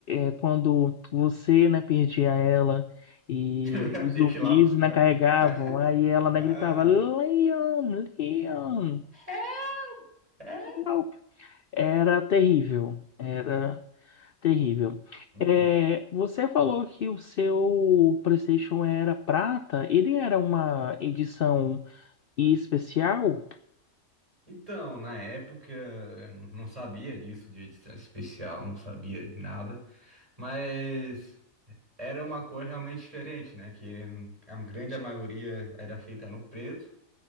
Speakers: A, on the left; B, on the right.
A: é, quando você, né, perdia ela e
B: <laughs>
A: os
B: Tem
A: zumbis
B: que ir lá buscar.
A: né, carregavam,
B: <laughs>
A: aí ela, né,
B: Aham.
A: gritava Leon, Leon,
B: É. É?
A: help! Era terrível, era Terrível.
B: Hum.
A: É, você falou que o seu PlayStation era prata. Ele era uma edição especial?
B: Então, na época, eu não sabia disso de edição especial, não sabia de nada, mas era uma cor realmente diferente, né? Que a grande maioria era feita no preto